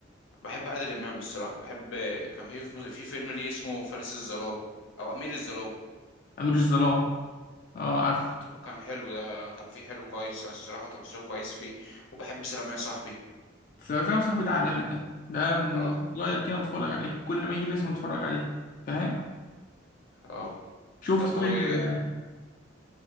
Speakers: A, on the left; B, on the left.
A: بحب عادل امام الصراحه بحب كان في في فيلم ليه اسمه فارس الظلام او امير الظلام
B: امير الظلام اه عارف
A: كنت كان حلو ده كان فيه حلو كويس الصراحه وتمثيله كويس فيه وبحب سلام يا صاحبي
B: سلام صاحبي ده عالمي ده ده من
A: اه
B: وأنا صغير كده بتفرج عليه كل ما يجي لازم اتفرج عليه فاهم
A: اه
B: شفت
A: طب
B: طيب
A: وايه
B: آه،